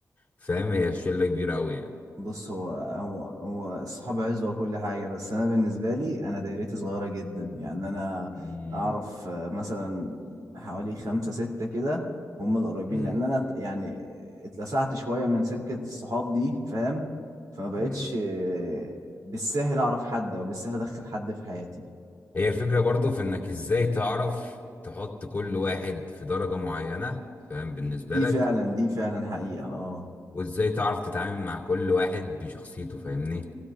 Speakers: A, on the left; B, on the right.
A: فاهم هي الشلة كبيرة قوي يعني
B: بص هو هو هو الصحاب عزوة وكل حاجة بس انا بالنسبة لي انا دايرتي صغيرة جدا يعني انا
A: فاهم
B: اعرف آه، مثلا حوالي خمسة ستة كده هم القريبين
A: مم.
B: لان انا ت- يعني اتلسعت شوية من سكة الصحاب دي فاهم فما بقتش
A: مم.
B: آه، بالسهل اعرف حد او بالسهل ادخل حد في حياتي
A: هي الفكرة برضو في انك ازاي تعرف تحط كل واحد في درجة معينة فاهم بالنسبة
B: دي
A: لك
B: فعلا دي فعلا حقيقة اه
A: وازاي تعرف تتعامل مع كل واحد بشخصيته فاهمني